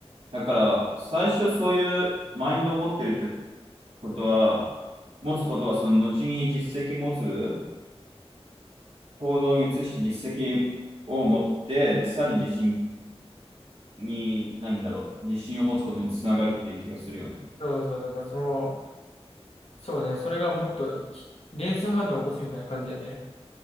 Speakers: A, on the right; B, on the left.
A: だから、最初そういうマインドを持ってるってことは、持つことはその後に実績持つ、行動に移して実績を持って、で、さらに自信に、何だろう、自信を持つことにつながるっていう気がするよね。
B: そうそう、だからその、そうね、それがもっとひ連鎖反応を起こすみたいな感じだよね。